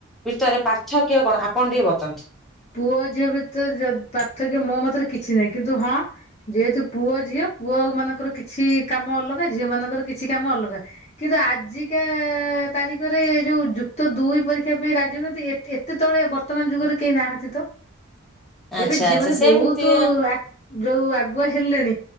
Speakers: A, in the centre; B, on the left (about 30°).
A: ଭିତରେ ପାର୍ଥକ କଣ ଆପଣ ଟିକେ ବତାନ୍ତୁ।
B: ପୁଅ ଝିଅ ଭିତରେ ପାର୍ଥକ୍ୟ ଯ ମୋ ମତରେ କିଛି ନାହିଁ କିନ୍ତୁ ହଁ। ଯେହେତୁ ପୁଅ ଝିଅ, ପୁଅ ମାନଙ୍କର କିଛି କାମ ଅଲଗା। ଝିଅ ମାନଙ୍କର କିଛି କାମ ଅଲଗା। କିନ୍ତୁ ଆଜିକା ତାରିଖରେ ଯୋଉ ଯୁକ୍ତ ଦୁଇ ପରୀ ଦେଖିବା ପାଇଁ ରାଜିନୁହାନ୍ତି ଏତେ ତଳେ ବର୍ତ୍ତମାନ ଯୁଗରେ କେହି ନାହାନ୍ତି ତ।
A: ଆଚ୍ଛା
B: ଏବେ ଝିଅ
A: ଆଚ୍ଛା
B: ମାନେ
A: ସେମିତି
B: ବହୁତ ଆକ୍ ଯୋଉ ଆଗୁଆ ହେଲେଣି।